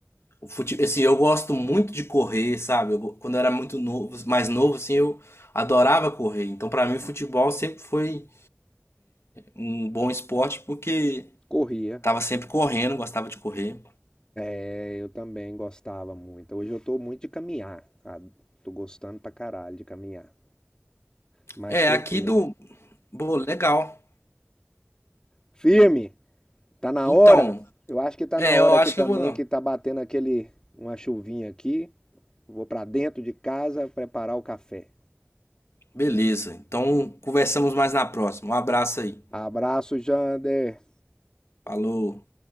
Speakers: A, on the left; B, on the left.
A: O fute... Assim, eu gosto muito de correr, sabe? Eu go- quando eu era muito novo, mais novo, assim, eu adorava correr. Então, pra mim, o futebol sempre foi um bom esporte porque
B: Corria.
A: tava sempre correndo, gostava de correr.
B: É, eu também gostava muito. Hoje eu tô muito de caminhar. cara. Tô gostando pra caralho de caminhar. Mais
A: É,
B: tranquilo.
A: aqui do. Bom, legal.
B: Firme! Tá na
A: Então,
B: hora? Eu acho que tá
A: é,
B: na hora
A: eu acho
B: aqui também,
A: que eu vou.
B: que tá batendo aquele. Uma chuvinha aqui. Vou para dentro de casa preparar o café.
A: Beleza. Então, conversamos mais na próxima. Um abraço aí.
B: Abraço, Jander!
A: Falou.